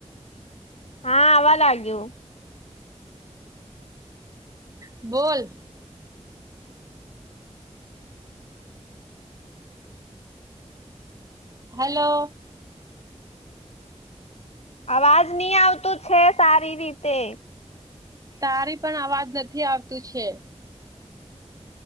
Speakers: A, on the left; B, on the right.
A: હા આવવા લાગ્યું.
B: બોલ. હલો.
A: અવાજ નહી આવતું છે સારી રીતે.
B: તારી પણ અવાજ નથી આવતું છે.